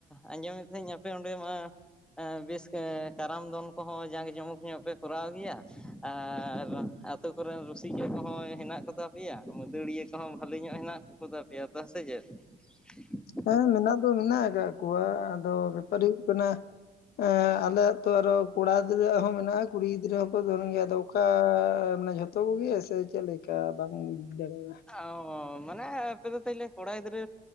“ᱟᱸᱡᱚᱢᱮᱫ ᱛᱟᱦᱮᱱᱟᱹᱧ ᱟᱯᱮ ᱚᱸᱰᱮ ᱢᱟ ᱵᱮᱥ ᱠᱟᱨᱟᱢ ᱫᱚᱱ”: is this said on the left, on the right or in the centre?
Centre